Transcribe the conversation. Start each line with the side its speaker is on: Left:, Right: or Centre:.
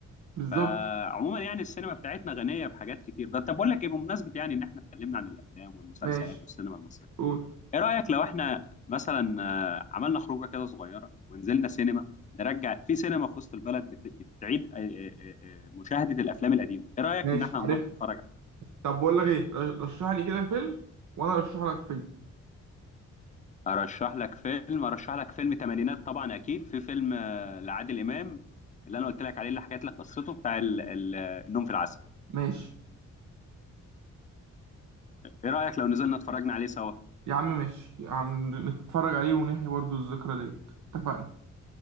Right: بالظبط
Left: آه، عموما يعني السينما بتاعتنا غنيه بحاجات كتير بس طب بقول لك ايه بمناسبه يعني ان احنا اتكلمنا عن الافلام والمسلسلات
Right: ماشي
Left: والسينما المصريه
Right: قول
Left: ايه رايك لو احنا مثلا آه، عملنا خروجه كده صغيره ونزلنا سينما نرجع في سينما في وسط البلد بت- بتعيد آه، آه، آه، آه، مشاهده الافلام القديمه ايه رايك
Right: ماشي
Left: ان احنا
Right: عارف
Left: نروح نتفرج
Right: طب بقول لك ايه رشح لي كده فيلم وانا ارشح لك فيلم
Left: ارشح لك فيلم ارشح لك فيلم تمانينات طبعا اكيد في فيلم آه، لعادل امام اللي انا قلت لك عليه اللي حكيت لك قصته بتاع ال- ال- النوم في العسل
Right: ماشي
Left: ايه رايك لو نزلنا اتفرجنا عليه سوا
Right: يا عم ماشي يا عم نتفرج عليه ونحيي برضه الذكرى ديت اتفقنا